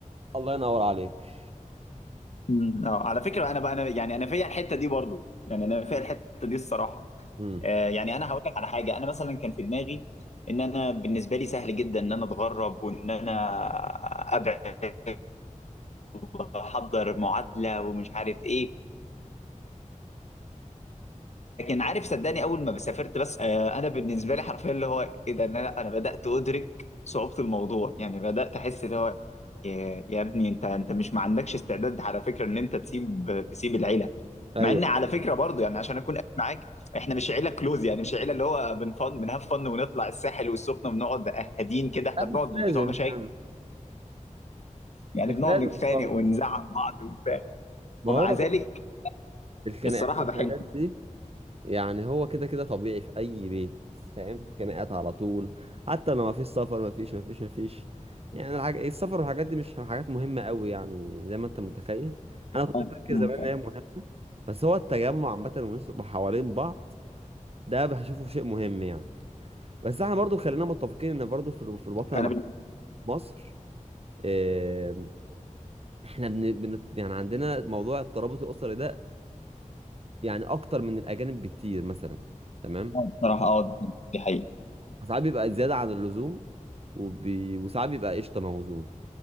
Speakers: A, on the right; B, on the left.
A: الله ينور عليك
B: امم اه على فكره انا بقى انا يعني انا فيا الحته دي برضو يعني انا فيا الحته دي الصراحه
A: امم
B: آه يعني انا هقول لك على حاجه انا مثلا كان في دماغي ان انا بالنسبه لي سهل جدا ان انا اتغرب وان انا ابعد واحضر معادله ومش عارف ايه لكن عارف صدقني اول ما سافرت بس آه، انا بالنسبه لي حرفيا اللي هو ايه ده إن انا لا انا بدات ادرك صعوبه الموضوع يعني بدات احس اللي هو يا يا ابني انت انت مش ما عندكش استعداد على فكره ان انت تسيب تسيب العيله
A: ايوه
B: مع ان على فكره برضو يعني عشان اكون قايل معاك احنا مش عيله كلوز يعني مش عيله اللي هو بنفن بنهاف فن ونطلع الساحل والسخنه ونقعد قاعدين كده احنا
A: لا،
B: بنقعد
A: مش لازم
B: بتوع مشاكل
A: يعني
B: يعني
A: مش
B: بنقعد
A: لازم
B: نتخانق
A: خالص
B: ونزعل بعض وبتاع
A: ما
B: ومع
A: هو
B: ذلك
A: برضه الخناقات
B: الصراحه
A: والحاجات
B: بحب
A: دي يعني هو كده كده طبيعي في اي بيت فاهم خناقات على طول حتى لو ما فيش سفر ما فيش ما فيش ما فيش يعني الحاجة السفر والحاجات دي مش حاجات مهمة قوي يعني زي ما انت متخيل انا كنت
B: آه،
A: فاكر
B: أمم،
A: زمان
B: فاهم.
A: ان هي مهمة بس هو التجمع عامة والناس تبقى حوالين بعض ده بشوفه شيء مهم يعني بس احنا برضو خلينا متفقين ان برضو في ال- في الوطن
B: انا
A: الع- مصر آم، احنا بن بن يعني عندنا موضوع الترابط الاسري ده يعني اكتر من الاجانب بكتير مثلا تمام
B: آه، بصراحة اه دي حقيقة دي حقيقة.
A: فساعات بيبقى زيادة عن اللزوم وبي... وساعات بيبقى قشطة موزون